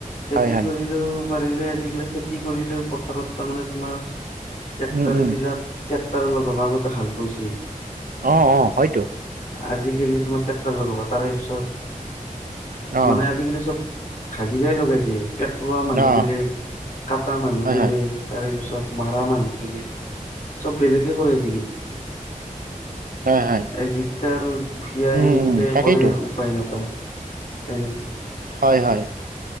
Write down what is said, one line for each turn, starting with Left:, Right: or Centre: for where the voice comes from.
Left: খেতি
Right: হয় হয়
Left: কৰিলেও পাৰিলে আজিকালি খেতি কৰিলেও পথাৰত তাৰমানে তোমাৰ ট্ৰেক্টাৰ
Right: উম উম
Left: বিলাক ট্ৰেক্টাৰৰ লগ ভাগতে ভাল কৰিছিল।
Right: অ', অ', হয়টো।
Left: আজিকালি তোমাৰ ট্ৰেক্টাৰ লগাব, তাৰে পিছত
Right: অ
Left: মানে আজিকালি চব হাজিৰা লগাই দিয়ে, টেক্টৰৰ মানুহ
Right: অ
Left: বেলেগ কাটা মানুহ
Right: হয়
Left: বেলেগ
Right: হয়
Left: তাৰে পিছত মৰা মানুহ বোলে, চব বেলেগে কৰি আছে কিন্তু।
Right: হয় হয়
Left: এ যিকেইটা আৰু দুখীয়াাই
Right: উম
Left: সেইকেইটাই
Right: উম তাকেইতো
Left: কৰে আৰু। উপায় নাপায়। তেনেকুৱা।
Right: হয় হয়,